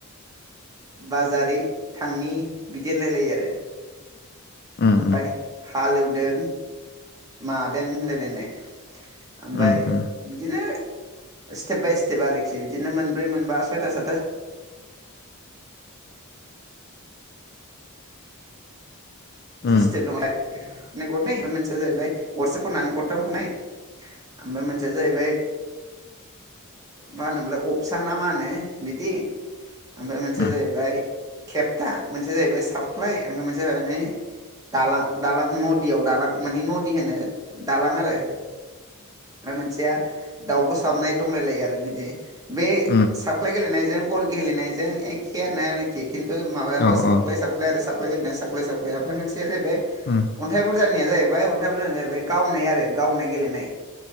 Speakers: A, on the right; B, on the left.
A: बाजारि थांनि बिदि होनलायलायो आरो।
B: उम उम
A: ओमफाय
B: उम
A: हालौदों मादों होनलाय लायनाय
B: उम
A: आमफाय बिदिनो सिटेप बाय सिटेप आरोखि बिदिनो मोनब्रै मोनबा सयथा, सातथा
B: उम
A: से सिटेप दंलाय नै गरनै फाय मोनसेया जाहैबाय गरसे खननानै गरथाम खननाय आमफाय मोनसेया जाहैबाय मा होनोमलाय अपसाना मा होनो बिदि आमफाय
B: उम
A: मोनसेया जाहैबाय खेबथा मोनसेया जाहैबाय सफख्लाय ओमफाय मोनसेया जा <unintelligible> नै दालां दालां नदियाव दालां माने नदि होनो दालां आरो फाय मोनसेया दाउब साबनाय दंलाय लायो आरो बिदि। बे
B: उम
A: साफखलाय गेलेनायजों गर गेलेनायजों एखेयानो आरो। खिन्थु माबायाल'
B: औ
A: सा्लाइ
B: औ
A: साप्लाय आरो सा्लाइ गेलेनाया सा्लइ साप्लइ ओमफ्राय मोनसे जाहैबाय
B: उम
A: अन्थाइ बुरजानिया जाहैबाय अन्थाइ बुरजानि जाहैबाय गावनाय आरो गावनाय गेलेनाय